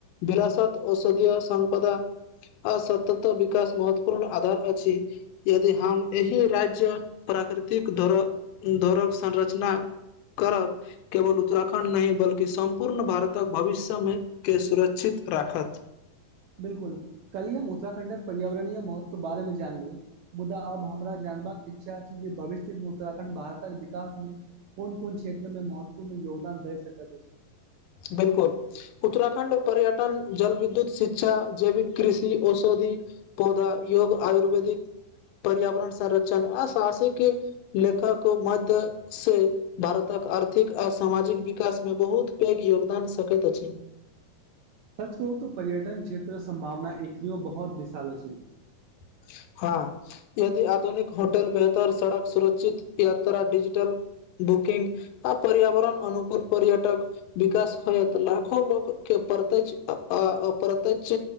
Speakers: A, on the left (about 80°); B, on the right (about 75°).
A: विरासत, औषधिय, आ सम्पदा आ सतत् विकास महत्वपूर्ण आधार अछि, यदि हम एहि राज्य, प्राकृतिक धर धरोहरक संरचना करब, केवल उत्तराखण्ड नहि बल्कि सम्पूर्ण भारतक भविष्य मे के सुरक्षित राखत।
B: बिलकुल, कालिये हम उत्तराखण्डक पर्यावरणीय महत्व बारेमे जानलहुं। मुदा आब हमरा जानबाक इच्छा छै जे, भविष्य मे उत्तराखंड भारतक विकास मे, कोन -कोन क्षेत्र मे महत्वपूर्ण योगदान दय सकैत अछि।
A: बिलकुल, उत्तराखण्ड पर्यटन, जल-विद्युत, शिक्षा, जैविक कृषि, औषधि यदि पौधा, योग, आयुर्वेदिक पर्यावरण संरक्षण, आ साहसिक लेखकक मध्य से, भारत आर्थिक आ सामाजिक विकासमे, बहुत पैघ योगदान सकैत अछि।
B: सच कहु त, पर्यटन क्षेत्र के सम्भावना एखनियो बहुत विशाल अछि।
A: <inaudible> हां, यदि आधुनिक होटल, बेहतर सड़क, सुरक्षित यात्रा, डिजिटल बुकिंग आ पर्यावरण अनुकुल पर्यटक विकास होयत, लाखो लोक कें प्रत्यक्ष आ अप्रत्यक्ष